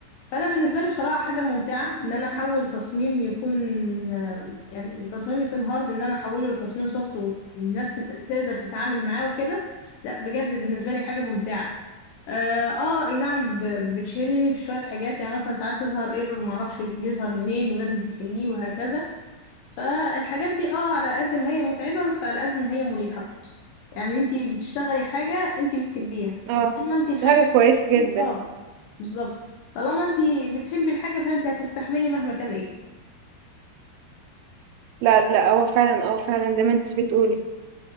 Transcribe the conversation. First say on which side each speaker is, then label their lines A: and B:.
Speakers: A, on the left; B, on the right.
A: فأنا بالنسبة لي بصراحة حاجة ممتعة إن أنا أحول تصميم يكون آه، يعني تصميم يكون هارد إن أنا أحوله لتصميم سوفت والناس تت- تقدر تتعامل معاه وكده لا بجد بالنسبة لي حاجة ممتعة اه آه، اي نعم ب- بتشيلني في شويه حاجات يعني مثلا ساعات تظهر ايرور معرفش بيظهر منين ولازم تحليه وهكذا فالحاجات دي اه على قد ما هي متعبه بس على قد ما هي مريحه برضه يعني انتي بتشتغلي حاجه انتي بتحبيها
B: اه
A: فطالما انتي الحاجه
B: دي حاجة
A: دي
B: كويسة
A: بتحبيها
B: جدا
A: اه بالظبط طالما انتي بتحبي الحاجه فانتي هتستحملي مهما كان ايه
B: لا لا هو فعلا اه فعلا زي ما انت بتقولي